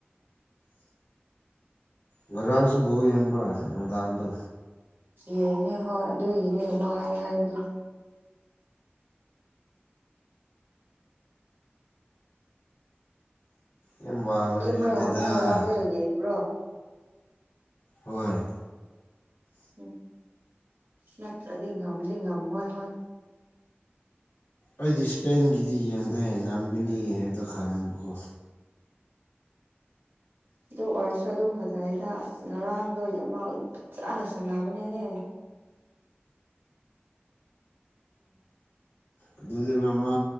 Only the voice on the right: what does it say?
ꯌꯥꯅꯦ ꯍꯣꯏ ꯑꯗꯨꯒꯤꯅꯦ ꯋꯥꯦ ꯍꯥꯏꯕꯗꯣ
ꯇ꯭ꯔꯒ
ꯑꯃꯨꯛꯥꯎꯒꯠꯂꯒ ꯌꯦꯡꯕ꯭ꯔꯣ
ꯎ ꯅꯠꯇꯒꯥ ꯑꯃꯒꯥꯝ ꯍ
ꯑꯗꯨ ꯑꯣꯏꯔꯁꯨ ꯑꯗꯨꯝ ꯐꯖꯅꯩꯗ ꯑꯁ ꯉꯔꯥꯡꯗꯣ ꯑꯃ ꯆꯥꯅ ꯁꯥꯟꯅꯕꯅꯦꯍꯦ <inaudible>